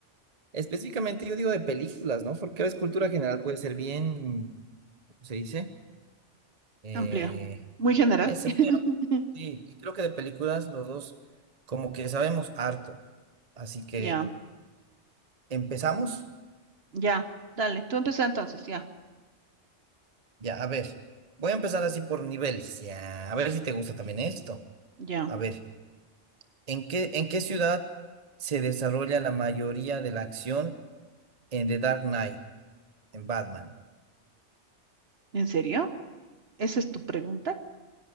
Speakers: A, on the right (about 35°); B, on the right (about 55°).
A: Específicamente yo digo de películas, ¿no? Porque a veces cultura general puede ser bien, ¿cómo se dice? Eh,
B: Amplio. Muy general.
A: ese,
B: <laughs>
A: bueno, sí, creo que de películas los dos como que sabemos harto. Así que,
B: Ya,
A: ¿empezamos?
B: ya. Dale, tú empieza entonces, ya,
A: Ya, a ver. Voy a empezar así por niveles. Ya, a ver si te gusta también esto.
B: ya.
A: A ver, ¿en qué, en qué ciudad se desarrolla la mayoría de la acción en The Dark Knight, en Batman?
B: ¿En serio? ¿Esa es tu pregunta?